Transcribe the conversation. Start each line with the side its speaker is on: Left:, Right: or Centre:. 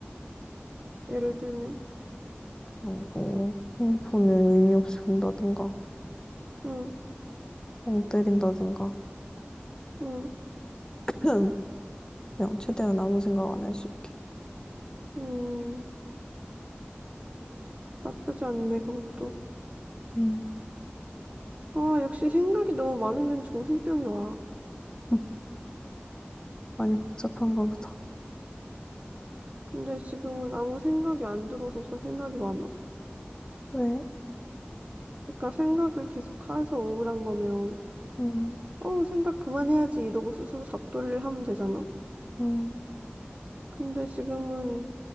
Right: 예를 들면,
Left: 고뭐 핸드폰을 의미 없이 본다든가
Right: 응,
Left: 멍 때린다든가
Right: 응,
Left: <clears throat> 그냥 최대한 아무 생각 안 할 수 있게.
Right: 응, 나쁘지 않네, 그것도.
Left: 음.
Right: 아, 역시 생각이 너무 많으면 정신병이 와.
Left: <laughs> 많이 복잡한가 보다.
Right: 근데 지금은 아무 생각이 안 들어서 저 생각이 많아.
Left: 왜?
Right: 그러니까 생각을 계속 해서 우울한 거면,
Left: 음,
Right: 어, 생각 그만해야지 이러고 스스로 잡돌이를 하면 되잖아.
Left: 음.
Right: 근데 지금은